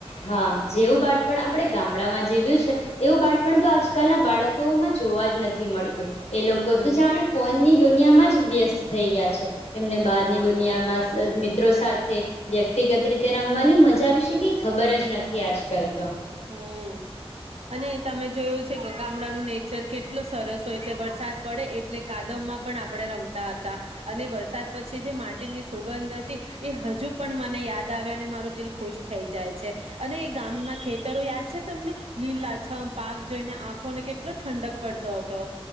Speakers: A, on the left; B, on the right.
A: હા જેવું બાળપણ આપડે ગામડામાં જીવીયું છે એવું બાળપણ તો આજકાલ ના બાળકોમાં જોવા જ નથ થી મળતું. એ લોકો
B: હમ
A: તો જાણે ફોન ની દુનિયામાં જ વ્યસ્ત થઈ ગયા છે. એમને
B: હા
A: બહારની દુનિયામાં <unintelligible> મિત્રો સાથે વ્યક્તિગત રીતે રમવાની મજા વિશે કંઈક ખબર જ નથી આજકાલ તો.
B: હમ્મ, અને તમે જોયું છે ગ ગામડાનું નેચર કેટલો સરસ હોય છે, વરસાદ પડે એટલે કાદવમાં પણ આપણે રમતા હતા, અને વરસાદ પછી જે માટીની સુગંધ હતી એ હજુ પણ મને યાદ આવે, અને મારું દિલ ખુશ થઈ જાય છે અને એ ગામમાં ખેત તરો યાદ છે તમને, લીલા છમ પાક જોઈને આંખોને કેટલો ઠંડક પડતો હતો.